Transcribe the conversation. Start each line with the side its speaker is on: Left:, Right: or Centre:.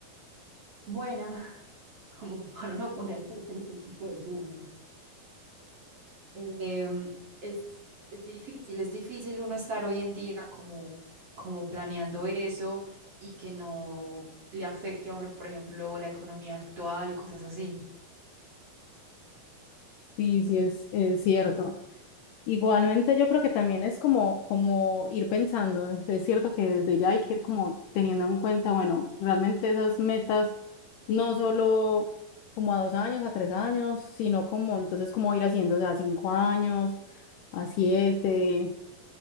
Right: buena <laughs> como para uno ponerse a hacer ese tipo de planes. Em, es, es difícil, es difícil uno estar hoy en día como, como planeando eso y que no le afecte a uno, por ejemplo, la economía actual y cosas así.
Left: sí, sí es, es cierto. Igualmente yo creo que también es como, como ir pensando, es cierto que desde ya hay que ir como teniendo en cuenta, bueno, realmente esas metas, no solo como a dos años, a tres años, sino como entonces como ir haciendo, o sea, a cinco años, a siete.